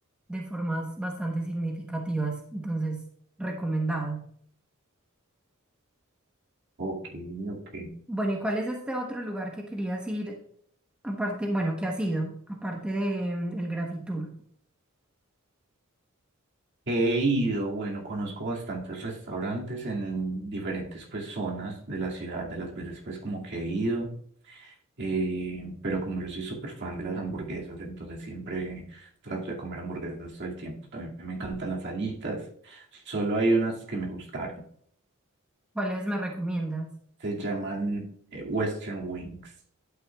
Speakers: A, in the centre; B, on the right.
A: de formas bastante significativas, entonces recomendado.
B: Ok, ok.
A: Bueno, ¿y cuál es este otro lugar que querías ir aparte, bueno, que has ido, aparte de mm, el Grafitour?
B: He ido, bueno, conozco bastantes restaurantes en diferentes pues zonas de la ciudad, de las veces pues como que he ido, eh, pero como yo soy súper fan de las hamburguesas, entonces siempre trato de comer hamburguesas todo el tiempo. También me encantan las alitas, solo hay unas que me gustaron,
A: ¿Cuáles me recomiendas?
B: se llaman eh, Western Wings.